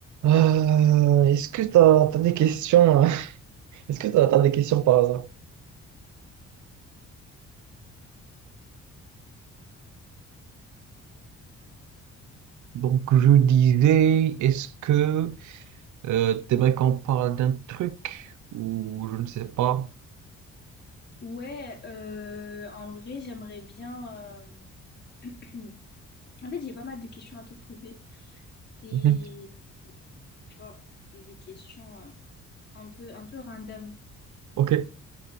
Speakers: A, on the right; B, on the left.
A: Euh, est-ce que t'as, t'as des questions? hein <laughs> Est-ce que t'as, t'as des questions par hasard? Donc, je disais, est-ce que euh, t'aimerais qu'on parle d'un truc ou je ne sais pas?
B: Ouais, euh, en vrai, j'aimerais bien. euh, <clears throat> En fait, j'ai pas mal de questions à te poser. C'est,
A: Mhm.
B: tu vois, c'est des questions euh, un peu, un peu random,
A: Ok.